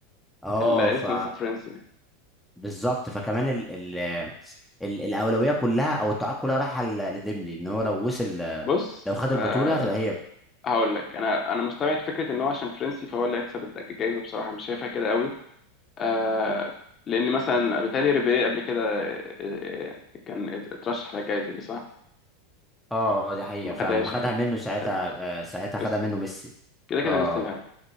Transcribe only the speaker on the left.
الاسم
اصلا فرنسي
بص
أه
هقول لك انا انا مستبعد فكره ان هو عشان فرنسي فهو اللي هيكسب الد- الجايزه بصراحه مش شايفها كده قوي أه لان مثلا بيتهيألي ريبيري قبل كده آه، آه، كان ات- اترشح للجائزه دي صح
ما
خدهاش
عادي
ما خدهاش
ميسي
كده كده
ميسي اللي